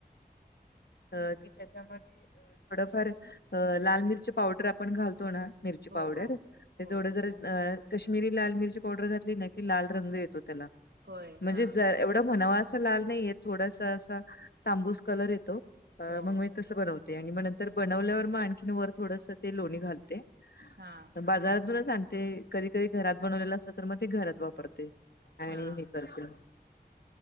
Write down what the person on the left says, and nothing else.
की त्याच्यामध्ये अ थोडफार अ लाल मिरची पावडर, आपण घालतो ना मिरची
पावडर,
ते
थोडं जर अ कश्मीरी लाल मिरची पावडर, घातली ना की लाल रंग, येतो त्याला.
म्हणजे
ज एवढ म्हणावा अस लाल नाहीय, थोडस अस तांबूस कलर येतो अ
मंग <unintelligible> तसं बनवते आणि म नंतर बनवल्यावर, म आणखीन वर थोडस ते लोणी घालते.
बाजारातूनच आणते कधी, कधी, घरात बनवलेलं असल तर म ते घरात वापरते.
आणी हे करतील.